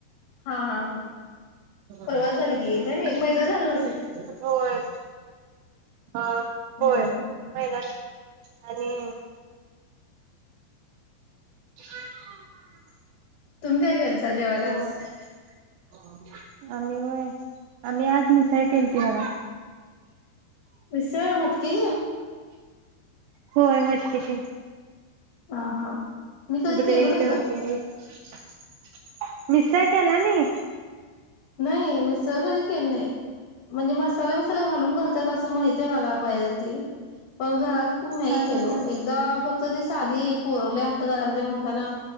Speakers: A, on the left (about 75°); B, on the right (about 85°).
A: हा हा हा
B: <unintelligible>
A: परवाच झाली की एक महिना झाला नसेल
B: होय अ
A: हम्म
B: होय <unintelligible> नी आणि <unintelligible>
A: तुम्ही काय केलता जेवायला आज
B: म <unintelligible> आम्ही व्हय आम्ही आज मिसळ केलती बघा.
A: मिसळ मटकी
B: होय मटकीची
A: ह हा मी कधी
B: ब्रेड
A: केलो नाही ग.
B: <inaudible> मिसळ केला नाही..
A: नाही मी मिसळ कधी केली नाही म्हणजे मसाला बिसाला घालून करत त असं माहिते मला बाहेर त पण घरात. तू नाही
B: हा
A: केलो
B: हा हा
A: एकदा फक्त ते साधी पोरवले करा ते म्हणताना